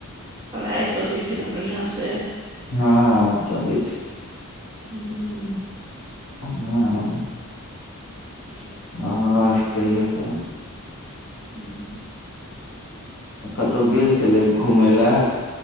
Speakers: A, on the right; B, on the left.
A: पढ़ाइ चलै छै ने बढ़िआँ से
B: हँ चलै छै
A: हू
B: हँ
A: जी
B: अओर कहियौ तऽ
A: हूँ
B: कतहु गेल छलै घुमय लए